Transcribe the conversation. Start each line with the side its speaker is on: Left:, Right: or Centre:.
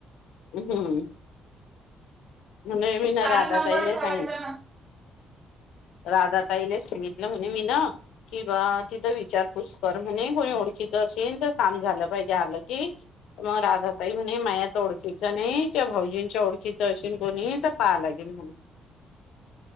Left: हम्म <unintelligible>
Right: चालू
Left: राधा
Right: नंबर
Left: तईला
Right: ठेवायचा
Left: सांग
Right: ना
Left: राधा ताईले सांगितलं म्हणे मी ना किं बा तिथं विचारपूस कर म्हणे कोणी ओळखीच असेल तर काम झालं पाहिजे आलं कि. मग राधा ताई म्हणे मायात ओळखीचा नाही ते भाऊजींच्या ओळखीच अशेन कोणी तर पाहा लागेल म्हणे